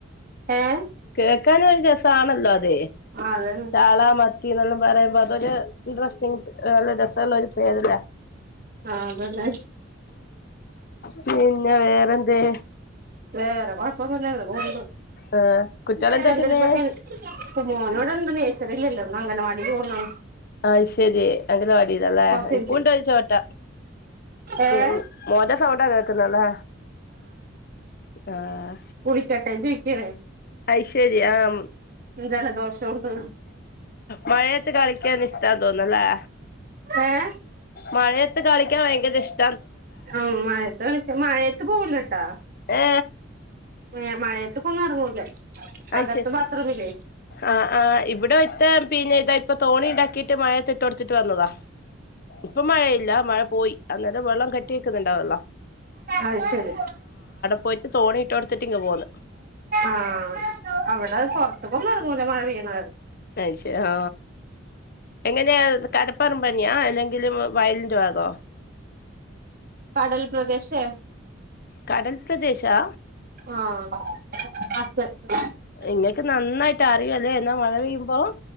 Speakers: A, on the right; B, on the left.
A: ഏഹ്
B: കേക്കാനും ഒരു രസവാണല്ലോ അതെ
A: ആഹ് അതന്നെ
B: ചാള മത്തി എന്നെല്ലാം പറയുമ്പോ അതൊരു ഇൻട്രസ്റ്റിങ് നല്ല രസവുള്ള ഒരു പേരല്ലേ
A: ആതന്നെ
B: പിന്നെ വേറെന്തേ
A: വേറെ കൊഴപ്പൊന്നല്ല ഇങ്ങനെ പോണണ്ട്
B: ആഹ് കുട്ട്യാള്
A: ഇപ്പം
B: എന്താക്ക്ന്ന്
A: എന്തേലും <unintelligible> മോൻ ഇവിടെ ഇണ്ട് നഴ്സറിയിൽ ഇല്ല ഇന്ന് അങ്കണവാടില് പോവുന്നുണ്ട്
B: അയ്ശെരി അങ്കണവാടിയിൽ അല്ലേ
A: കൊറച്ച്
B: എനിക്കു
A: മിനിറ്റ്
B: ഉണ്ടൊരു ചോട്ട
A: ഏഹ്
B: ഉം മോൻ്റെ സൗണ്ടാ കേക്കുന്നേ അല്ലെ ആഹ്
A: കുളിക്കട്ടെ ചോയിക്കാണേ
B: അയ്ശരി ആം
A: ജലദോഷോണ്ട്
B: മഴയത്ത് കളിക്കാൻ ഇഷ്ടാ തോന്നല്ലേ
A: ഏഹ്
B: മഴയത്ത് കളിക്കാൻ ഭയങ്കര ഇഷ്
A: മം മഴയത്ത് കളിക്ക മഴയത്ത് പോവുലട്ടാ
B: ഏ
A: മഴ മഴയത്തേക്ക് ഒന്നും ഇറങ്ങുലാ
B: അയ്
A: അകത്ത്
B: ശരി
A: ബാത്റൂമില്ലേ
B: ആഹ് ആഹ് ഇവിടെ ഒരുത്തൻ പിന്നെ ഇതാ ഇപ്പൊ തോണി ഉണ്ടാക്കിയിട്ട് മഴയത്തിട്ട് കൊടുത്തിട്ട് വന്നതാ ഇപ്പം മഴയില്ല മഴ പോയി അനേരം വെള്ളം കെട്ടി നിക്കുന്നുണ്ടാവുല്ലോ
A: അയ്ശരി
B: പോയിട്ട് തോണി ഇട്ട് കൊടുത്തിട്ട് ഇങ്ങ് പോന്ന്
A: ആഹ് അവിടെ പുറത്തക്ക് ഒന്നും ഇറങ്ങൂല മഴ പെയ്യണകാരണം
B: അയ് ശ ഓ എങ്ങനെയാ കടപ്പറമ്പ് തന്നെയാ അല്ലെങ്കില് വയലിൻ്റെ ഭാഗവോ
A: കടൽ പ്രദേശ്
B: കടൽ പ്രദേശാ
A: ആഹ് <unintelligible> <inaudible>
B: നിങ്ങക്ക് നന്നായിട്ട് അറിയാല്ലേ എന്നാ മഴ പെയ്യുമ്പോ